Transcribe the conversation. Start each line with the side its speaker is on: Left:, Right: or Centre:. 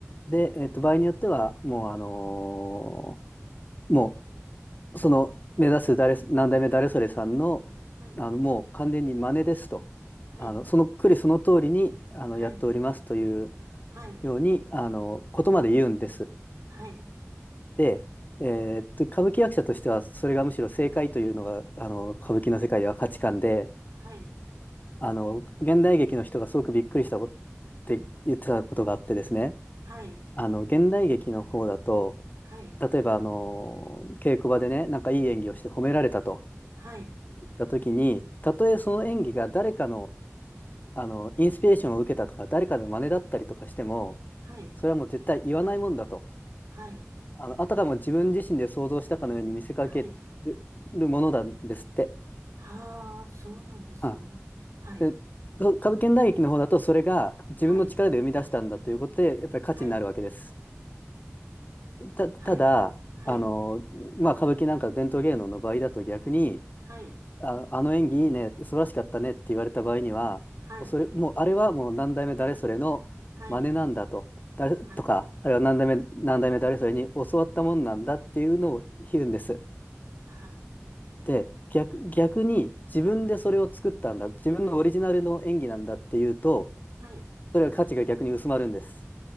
Left: で、えっと、場合によっては、もう、あのーもう、その、目指す誰、何代目誰それさんの、
Right: はい、
Left: あの、もう完全に真似ですと、
Right: はい、
Left: あの、そのくりその通りに、あの、
Right: はい、
Left: やっておりますという
Right: はい、
Left: ように、あの、ことまで言うんです。
Right: はい、
Left: で、えっと、歌舞伎役者としては、それがむしろ正解というのが、あの、歌舞伎の世界では価値観で、
Right: はい、
Left: あの、現代劇の人がすごくびっくりしたことって言ってたことがあってですね、
Right: はい、
Left: あの、現代劇の方だと、
Right: はい、
Left: 例えば、あの、稽古場でね、なんかいい演技をして褒められたと
Right: はい、
Left: 言った時に、たとえその演技が誰かの、あの、インスピレーションを受けたとか、誰かの真似だったりとかしても、
Right: はい、
Left: それはもう絶対言わないもんだと。
Right: はい、
Left: あの、あたかも自分自身で想像したかのように見せかけ
Right: はい、
Left: るものなんですって。
Right: はあ、そうなんですね。
Left: は
Right: はい、
Left: で、そう歌舞伎大劇の方だと、それが自分の力で生み出したんだということで、
Right: はい、
Left: やっぱり価値になるわけです。
Right: はい、
Left: た、ただ、
Right: はい、はい、
Left: あの、まあ、歌舞伎なんか伝統芸能の場合だと逆に、
Right: はい、
Left: あ、あの演技いいね、素晴らしかったねって言われた場合には、
Right: はい、
Left: もうそれ、もうあれはもう何代目誰それの真似なんだと、
Right: はい、
Left: 誰とか、
Right: はい、
Left: あるいは何代目何代目誰それに教わったもんなんだっていうのを言うんです。
Right: はい、
Left: で、逆、逆に自分でそれを作ったんだ、
Right: はい、
Left: 自分のオリジナルの演技なんだっていうと、
Right: はい、
Left: それは価値が逆に薄まるんです。